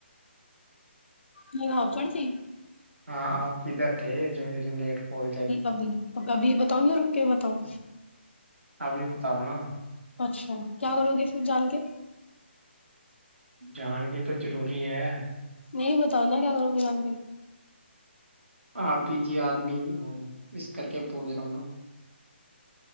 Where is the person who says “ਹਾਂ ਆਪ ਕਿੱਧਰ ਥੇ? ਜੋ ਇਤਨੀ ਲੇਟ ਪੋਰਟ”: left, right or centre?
Right